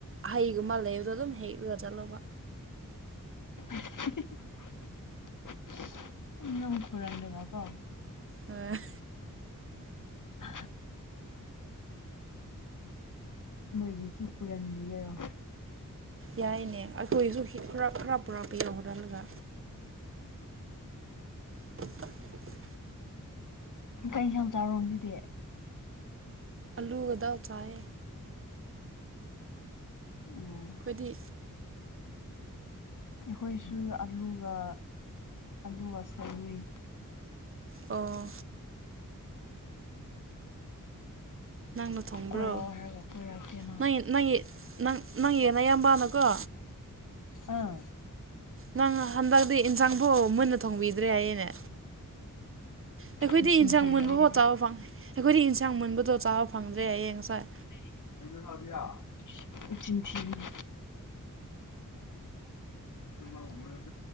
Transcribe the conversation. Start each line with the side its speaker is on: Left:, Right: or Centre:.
Right: ꯍꯩꯒꯨꯝꯕ ꯂꯩꯕꯗꯣ ꯑꯗꯨꯝ ꯍꯦꯛꯂꯒ ꯆꯠꯂꯨꯕ
Left: <unintelligible> ꯅꯪ ꯐꯨꯔꯪꯗꯅꯀꯣ
Right: ꯍꯣꯏ
Left: ꯑ ꯅꯣꯏꯒꯤꯁꯨ ꯍꯨꯔꯥꯟꯕꯤꯒꯦꯔꯣ
Right: ꯌꯥꯏꯅꯦ ꯑꯩꯈꯣꯏꯒꯤꯁꯨ ꯍꯤꯛ ꯈꯔꯞ ꯈꯔꯞ ꯄꯨꯔꯛꯄꯤꯌꯣ ꯍꯨꯔꯥꯜꯂꯒ <unintelligible>
Left: ꯀꯩ ꯏꯟꯁꯥꯡ <unintelligible>
Right: ꯑꯂꯨꯒꯗꯥꯜ ꯆꯥꯏ
Left: ꯑꯣ
Right: ꯈꯣꯏꯗꯤ
Left: ꯑꯩꯈꯣꯏꯁꯨ ꯑꯂꯨꯒ ꯑꯂꯨꯒ <unintelligible>
Right: ꯑꯣ ꯅꯪꯅ ꯊꯣꯡꯕ꯭ꯔꯣ
Left: ꯀꯣꯏꯔꯛꯑꯣ ꯍꯥꯏꯔꯒ ꯀꯣꯏꯔꯛꯇꯦꯅ
Right: ꯅꯣꯏ ꯅꯣꯏ ꯅꯪ ꯅꯪꯒꯤ ꯅꯌꯥꯝꯕꯅꯀꯣ
Left: ꯑꯥ
Right: ꯅꯪ ꯍꯟꯗꯛꯗꯤ ꯏꯟꯖꯥꯡꯕꯨ ꯃꯨꯟꯅ ꯊꯣꯡꯕꯤꯗ꯭ꯔꯦ ꯍꯥꯏꯌꯦꯅꯦ ꯑꯩꯈꯣꯏꯗꯤ
Left: ꯃꯆꯤꯟ
Right: ꯏꯟꯁꯥꯡ
Left: ꯊꯤꯕꯤꯅꯦ
Right: ꯃꯨꯟꯕꯐꯧ ꯆꯥꯕ ꯐꯪ ꯑꯩꯈꯣꯏꯗꯤ ꯏꯟꯁꯥꯡ ꯃꯨꯟꯕꯗꯣ ꯆꯥꯕ ꯐꯪꯗ꯭ꯔꯦ ꯍꯥꯏꯌꯦ ꯉꯁꯥꯏ
Left: <unintelligible> ꯃꯆꯤꯟ ꯊꯤꯔꯤꯅꯤ <unintelligible>